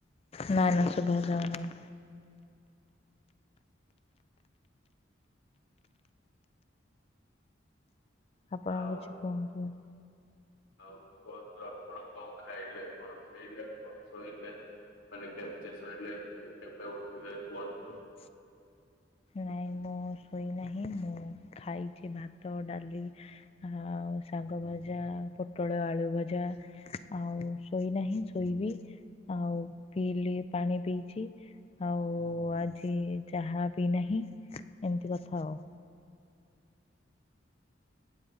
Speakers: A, on the left; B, on the left.
A: ନାଁ - ନାଁ ଶୁଭାଯାଉନି। ଆପଣ
B: ଆଉ
A: କିଛି କୁହନ୍ତୁ। <unintelligible>
B: ଆଉ କୁହନ୍ତୁ ଆପଣ କଣ ଖାଇଲେ, କଣ ପିଇଲେ, କଣ ଶୋଇଲେ। ମାନେ କେମିତି ଶୋଇଲେ, କେବେ ଉଠିଲେ କୁହନ୍ତୁ?
A: ହ ନାଇଁ ମୁଁ ଶୋଇନାହିଁ। ମୁଁ ଖାଇଛି ଭାତ, ଡାଲି ଆଉ ଶାଗ ଭଜା, ପୋଟଳ ଆଳୁ ଭଜା ଆଉ ଶୋଇନାହିଁ, ଶୋଇବି। ଆଉ ପିଇଲି ପାଣି ପିଇଛି, ଆଉ ଆଜି ଚାହା ପିଇନାହିଁ, ଏମତି କଥା ଆଉ।